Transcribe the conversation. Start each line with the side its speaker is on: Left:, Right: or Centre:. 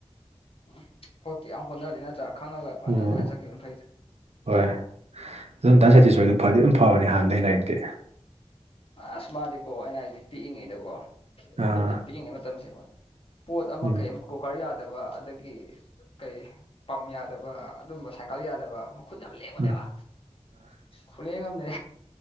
Left: ꯎꯝ ꯍꯣꯠꯇꯤ ꯌꯥꯝ ꯍꯣꯠꯅꯔꯗꯤ ꯅꯠꯇ꯭ꯔꯥ ꯈꯪꯉꯒ ꯐꯖꯅ
Right: ꯎꯝ
Left: ꯑꯗꯨꯃꯥꯏꯅ ꯆꯠꯈꯤꯕ ꯐꯩꯁꯦ
Right: ꯍꯣꯏ ꯑꯗꯨ ꯑꯝꯇ ꯁꯦꯇꯤꯁꯐꯥꯏꯗꯣ ꯐꯗꯤ ꯑꯗꯨꯝ ꯐꯕꯅꯤ ꯍꯥꯟꯅꯗꯒꯤꯩ ꯂꯩꯔꯤꯛꯇꯤ
Left: ꯑꯁ ꯃꯥꯗꯤꯀꯣ ꯑꯩꯅ ꯍꯥꯏꯅꯦ ꯄꯤꯛꯏꯉꯩꯗꯀꯣ ꯑꯩꯈꯣꯏ
Right: ꯑꯥ
Left: ꯌꯥꯝ ꯄꯤꯛꯏꯉꯩ ꯃꯇꯝꯁꯤ ꯄꯣꯠ ꯑꯃ
Right: ꯎꯝ
Left: ꯀꯩꯝ ꯀꯨꯀꯔ ꯌꯥꯗꯕ ꯑꯗꯒꯤ ꯀꯩ ꯄꯝ ꯌꯥꯗꯕ ꯑꯗꯨꯝꯕ ꯁꯥꯏꯀꯜ ꯌꯥꯗꯕ ꯈꯨ ꯌꯥꯝ ꯂꯦꯉꯣꯅꯦꯕ
Right: ꯑꯥ
Left: ꯈꯨꯂꯦꯝꯃꯅꯦ